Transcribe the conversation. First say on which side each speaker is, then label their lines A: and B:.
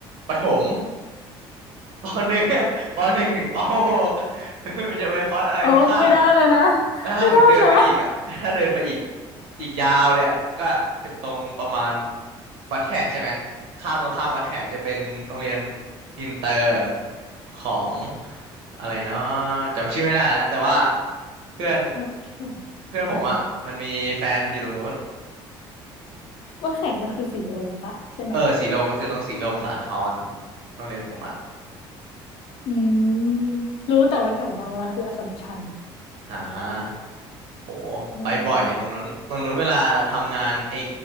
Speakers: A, on the right; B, on the left.
A: ประถมปหนึ่ง <laughs> ปหนึ่งถึงปหก <laughs> มันจะเป็นคอร์สอะไรข้างๆอ่ะ
B: เออไม่ได้เลยนะ
A: แล้วถ้าหมุดเดินไปอีกอ่ะถ้าเดินไปอีก
B: ไม่ได้นะ
A: อีกยาวเลยอ่ะก็ตรงประมาณวัดแขกใช่ไหมข้ามตรงข้ามวัดแขกจะเป็นโรงเรียนอินเตอร์ของอะไรเนาะจำชื่อไม่ได้แล้วแต่ว่าเพื่อน
B: วัดแข่ง
A: เพื่อนผมอ่ะมันมีแฟนอยู่ตรงนู้น
B: โรงเรียนอะไรวัดแข่งมันคือสีลมปะใช่ไหม
A: เออสีลมมันคือตรงสีลมสาทรโรงเรียนผมอ่ะ
B: อืมรู้แต่ว่าแถวบางรักคืออัสสัมชัญ
A: อ่าโห
B: อืม
A: ไปบ่อยตรงนั้นตรงนั้นเวลาทำงานไอ้